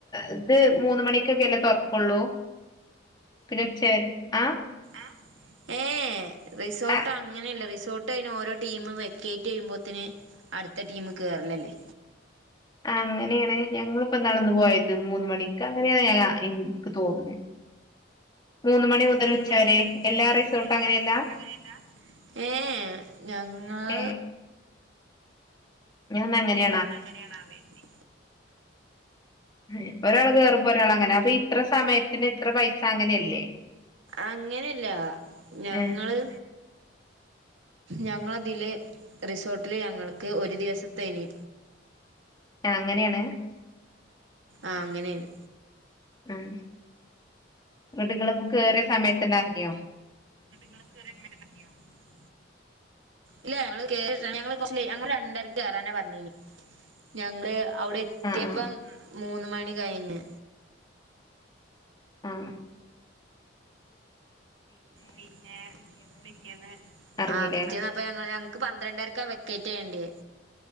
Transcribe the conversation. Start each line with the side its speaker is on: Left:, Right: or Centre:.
Left: ഇത് മൂന്ന് മണിക്കൊക്കെ അല്ലേ തുറക്കുള്ളൂ പിന്നെ ഉച്ചവരെ ആഹ്
Right: ആഹ് ഏഹ് റിസോർട്ട്
Left: ആ
Right: അങ്ങനെയല്ല റിസോർട്ട് അതിന് ഓരോ ടീമും വെക്കേറ്റ് ചെയ്യോമ്പേത്തിന് അടുത്ത ടീം കേറലല്ലേ
Left: അങ്ങനെയാണ് ഞങ്ങളിപ്പ നടന്നു പോയത് മൂന്ന് മണിക്ക് അങ്ങനെയാണ് ഞ എനിക്ക് തോന്നുന്നെ മൂന്ന് മണി മുതൽ
Right: മൂന്ന്
Left: ഉച്ചവരെ
Right: മണി മുതൽ ഉച്ചവരെ
Left: എല്ലാ റിസോർട്ടും
Right: എല്ലാ
Left: അങ്ങനെയല്ല
Right: റിസോർട്ട് അങ്ങനെയല്ലാ ഏഹ് ഞങ്ങൾ
Left: ഏ ഇന്നങ്ങനെ
Right: ഞാൻ അങ്ങനെയാണ് അറിയത്തി
Left: ഇപ്പ ഒരാൾ കേറുമ്പോ ഒരാൾ അങ്ങനെ അപ്പൊ ഇത്ര സമയത്തിന് ഇത്ര പൈസ അങ്ങനെയല്ലേ
Right: അങ്ങനെയല്ല ഞങ്ങള്
Left: ഏ
Right: ഞങ്ങളതിലെ റിസോർട്ടില് ഞങ്ങൾക്ക് ഒരു ദിവസത്തെനി
Left: ആഹ് അങ്ങനെയാണ്
Right: ആഹ് അങ്ങനെയാണ്
Left: ഉം എന്നിട്ട് നിങ്ങള് കേറിയ സമയത്തന്നെ ഇറങ്ങിയോ
Right: <inaudible> ഇല്ല ഞങ്ങള് കേ ഞങ്ങള് കൊറച്ച് ഞങ്ങള് രണ്ടരക്ക് കേറാന പറഞ്ഞേനീ ഞങ്ങള് അവിടെ എത്തിയപ്പം
Left: ആ ആ
Right: മൂന്ന് മണി കഴിഞ്ഞ്
Left: ഉം
Right: പിന്നെ പിറ്റേന്ന്
Left: ഇറങ്ങില്ലേ
Right: അ പിറ്റേന്ന് അ അപ്പൊ ഞ ഞങ്ങക്ക് പന്ത്രണ്ടരക്കാ വെക്കേറ്റ് ചെയ്യേണ്ടേത്